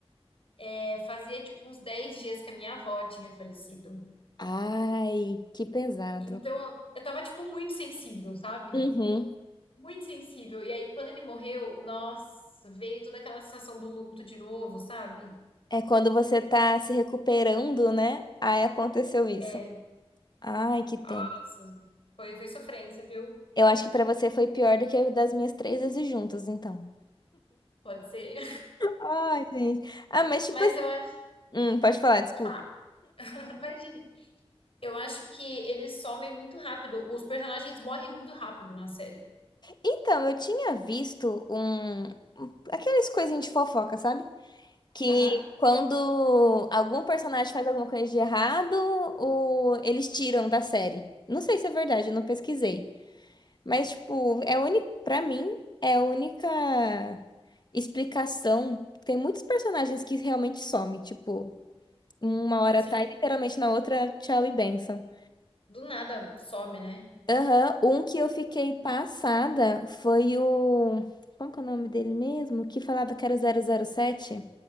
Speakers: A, on the left; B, on the left.
A: é, fazia tipo uns 10 dias que a minha avó tinha falecido.
B: ai, que pesado.
A: Então, eu tava tipo muito sensível, sabe?
B: Uhum.
A: Muito sensível. E aí, quando ele morreu, nossa, veio toda aquela sensação do luto de novo, sabe?
B: É quando você tá se recuperando, né? Aí aconteceu isso.
A: É,
B: Ai, que tem.
A: nossa, foi, foi sofrência, viu?
B: Eu acho que pra você foi pior do que o das minhas três vezes juntas, então.
A: Pode ser.
B: Ai, gente. Ah,
A: <laughs>
B: mas tipo
A: Mas
B: assim.
A: eu acho. Deixa
B: Hum, pode falar,
A: eu
B: desculpa.
A: falar. <laughs> Imagina. Eu acho que eles somem muito rápido. Os personagens morrem muito rápido na série.
B: Então, eu tinha visto um. um- Aqueles coisinhas de fofoca, sabe? que
A: Aham.
B: quando algum personagem faz alguma coisa de errado, o... eles tiram da série. Não sei se é verdade, eu não pesquisei. Mas, tipo, é única, pra mim, é a única explicação. Tem muitos personagens que realmente somem, tipo, uma hora
A: Sim.
B: tá e literalmente na outra, tchau e benção.
A: Do nada some, né?
B: Aham, um que eu fiquei passada foi o. Como que é o nome dele mesmo? Que falava que era o zero zero sete.